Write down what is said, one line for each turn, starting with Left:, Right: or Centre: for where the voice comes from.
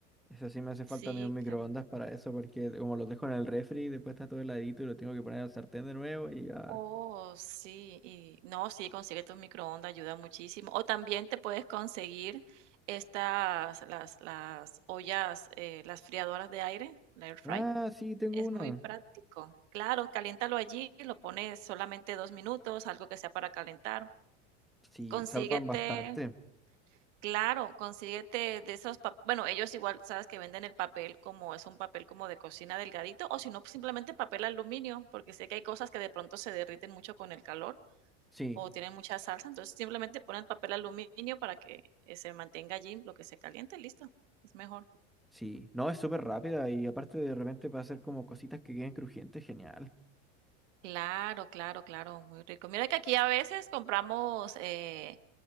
Centre: eso sí me hace
Right: Sí,
Centre: falta a mí un microondas
Right: claro.
Centre: para eso, porque como los dejo en el refri, después está todo heladito y lo tengo que poner al sartén de nuevo y ya.
Right: Oh, sí, y no, sí, consíguete un microondas, ayuda muchísimo. O también te puedes conseguir estas, las, las ollas, eh, las friadoras de aire, la air fry.
Centre: Ah, sí, tengo
Right: Es
Centre: una.
Right: muy práctico. Claro, caliéntalo allí, lo pones solamente dos minutos, algo que sea para calentar.
Centre: Sí,
Right: Consíguete,
Centre: salvan bastante.
Right: claro, consíguete de esos, pa- bueno, ellos igual sabes que venden el papel como es un papel como de cocina delgadito, o si no, pues, simplemente papel aluminio, porque sé que hay cosas que de pronto se derriten mucho con el calor
Centre: Sí,
Right: o tienen mucha salsa, entonces simplemente ponen papel aluminio para que eh, se mantenga allí lo que se caliente, listo, es mejor.
Centre: sí. No, es súper rápida y aparte de repente para hacer como cositas que queden crujientes, genial.
Right: Claro, claro, claro, muy rico. Mira que aquí a veces compramos eh,